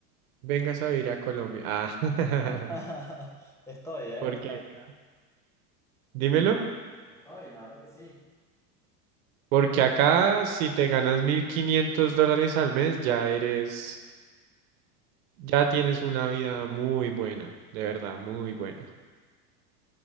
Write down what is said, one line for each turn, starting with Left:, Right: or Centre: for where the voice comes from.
Right: vengas a vivir a Colombia. Ah, <laughs>
Centre: <laughs> Estoy, ¿eh?
Right: porque
Centre: Estoy.
Right: acá. Dímelo.
Centre: Estoy, la verdad que sí.
Right: Porque acá, si te ganas 1.500 dólares al mes, ya eres, ya tienes una vida muy buena, de verdad, muy buena.